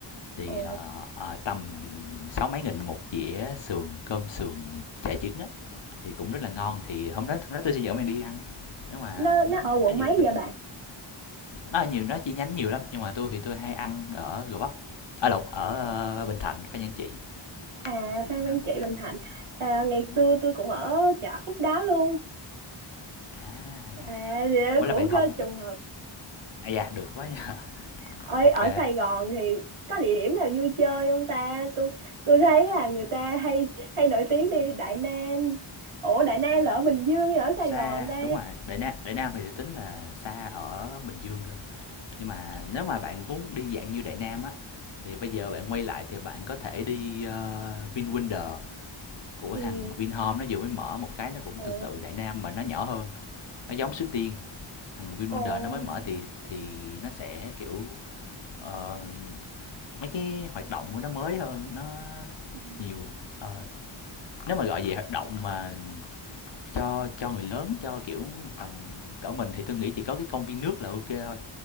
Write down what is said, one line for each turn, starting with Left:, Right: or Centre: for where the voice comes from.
Left: thì
Right: ồ
Left: ờ, ờ, tầm sáu mấy nghìn một dĩa sườn cơm sườn chả trứng á thì cũng rất là ngon thì hôm đó hôm đó tôi sẽ dẫn bạn đi ăn nếu mà
Right: nó nó
Left: nếu mà
Right: ở
Left: à,
Right: quận
Left: cái gì
Right: mấy
Left: bạn cứ
Right: vậy
Left: nhắn
Right: bạn
Left: nó nhiều nó chi nhánh nhiều lắm nhưng mà tôi thì tôi hay ăn ở Gò Vấp ở Lộc ở ờ, Bình Thạnh Phan Giang trị
Right: à
Left: thì
Right: Phan Văn
Left: nó có
Right: Trị
Left: một cái
Right: Bình
Left: cơm
Right: Thạnh
Left: tấm
Right: à, ngày
Left: đúng
Right: xưa
Left: rồi
Right: tôi cũng ở chợ Khúc Đá luôn
Left: à
Right: à thì đó
Left: ủa là
Right: cũng
Left: bạn học
Right: có trùng hợp
Left: à dạ được quá nha
Right: ở
Left: ok
Right: ở Sài Gòn thì có địa điểm nào vui chơi không ta tôi tôi thấy là người ta hay hay nổi tiếng đi Đại Nam ủa Đại Nam là ở Bình Dương hay ở Sài
Left: xa
Right: Gòn ta
Left: đúng rồi đại nam đại nam thì được tính là xa ở bình dương cơ nhưng mà nếu mà bạn muốn đi dạng như đại nam á thì bây giờ bạn quay lại thì bạn có thể đi ờ, vinwonder của
Right: ừ
Left: thằng vinhome nó vừa mới mở một cái nó cũng
Right: ồ
Left: tương tự đại nam mà nó nhỏ hơn nó giống suối tiên thằng vinwonder
Right: Ồ.
Left: nó mới mở thì thì nó sẽ kiểu ờ, mấy cái hoạt động của nó mới hơn nó
Right: Ừ.
Left: nhiều Ờ, nếu mà gọi về hoạt động mà cho cho người lớn cho kiểu tầm cỡ mình thì tôi nghĩ chỉ có cái công viên nước là ok thôi